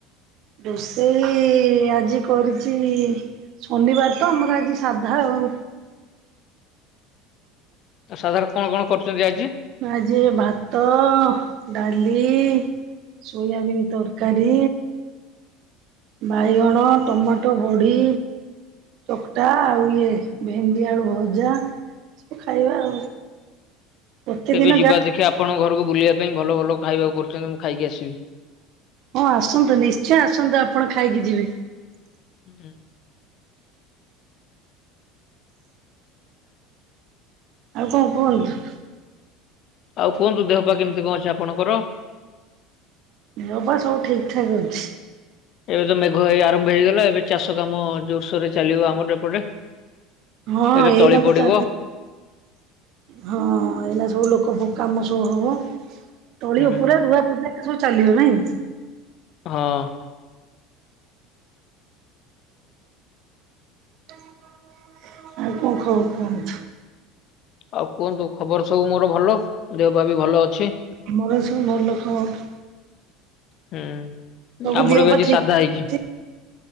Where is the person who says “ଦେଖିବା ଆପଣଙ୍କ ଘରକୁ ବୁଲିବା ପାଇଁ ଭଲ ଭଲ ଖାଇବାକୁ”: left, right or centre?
Left